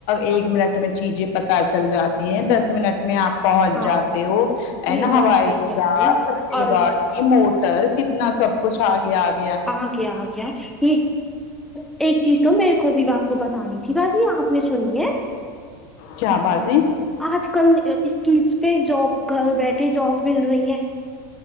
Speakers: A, on the left (about 60°); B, in the centre.
A: ایک منٹ میں چیزیں پتا چل جاتی ہیں دس منٹ میں آپ پہنچ
B: ہاں
A: جاتے ہو ہے
B: یہ
A: نا
B: تو
A: ہوائی
B: آپ صحیح کہہ
A: جاز
B: رہی ہو
A: یہ
B: اور
A: موٹر کتنا سب کچھ آ گیا آگے
B: <unintelligible> ایک چیز تو میرے کو بھی آپ کو بتانی تھی باجی آپ نے سنی ہے
A: کیا بازی
B: آج کل اسکز پہ جاب گھر بیٹھے جاب مل رہی ہے